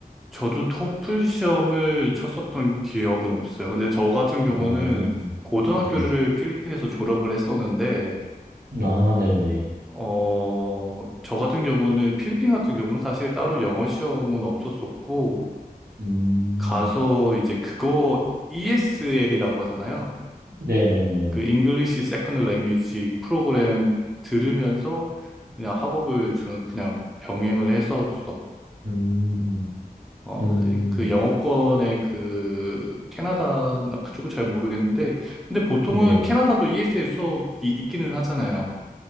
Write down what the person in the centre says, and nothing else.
저도 토플 시험을 쳤었던 기억은 없어요. 근데 저 같은 경우는
고등학교를
필리핀에서 졸업을 했었는데,
어, 저 같은 경우는 필리핀 같은 경우는 사실 따로 영어 시험은 없었었고,
가서 이제 그거 ESL이라고 하잖아요.
그 English Second Language 프로그램 들으면서 그냥 학업을 저는 그냥 병행을 했었어가지고,
어,
사실 그 영어권의 그 캐나다나 그쪽은 잘 모르겠는데, 근데 보통은
캐나다도 ESL 수업이 있기는 하잖아요.